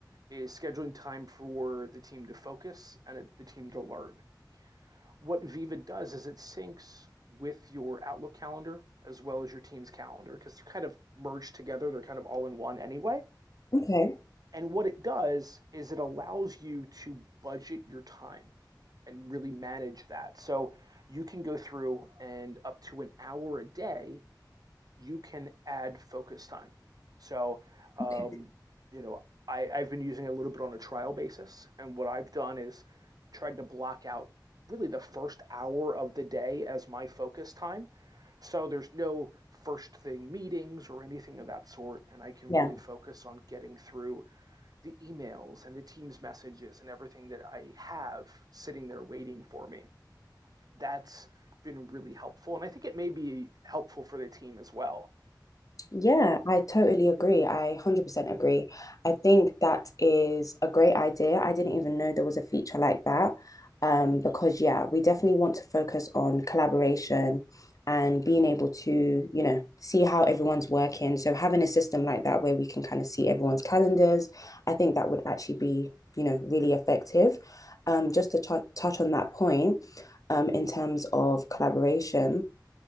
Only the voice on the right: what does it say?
is scheduling time for the team to focus and uh, the team to learn. What Viva does is it syncs with your Outlook calendar as well as your team's calendar because they're kind of merged together. They're kind of all in one anyway.
And what it does is it allows you to budget your time and really manage that. So you can go through and up to an hour a day, you can add focus time. So, um,
you know, I, I've been using it a little bit on a trial basis. And what I've done is tried to block out really the first hour of the day as my focus time. So there's no first thing meetings or anything of that sort. And I can
really focus on getting through the emails and the Teams messages and everything that I have sitting there waiting for me. That's been really helpful. And I think it may be helpful for the team as well.